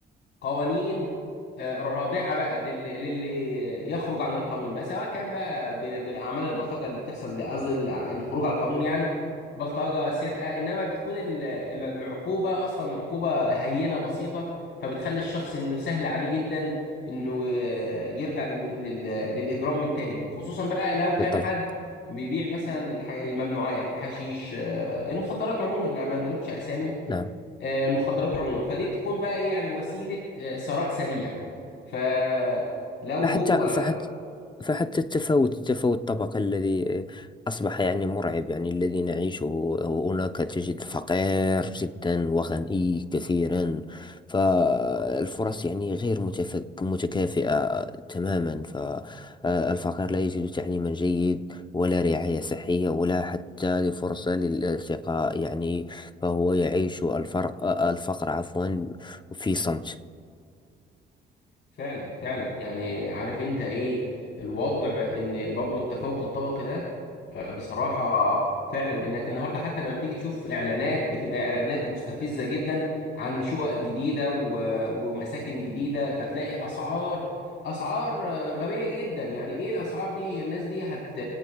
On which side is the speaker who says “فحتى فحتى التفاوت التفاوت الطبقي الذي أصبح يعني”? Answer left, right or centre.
Left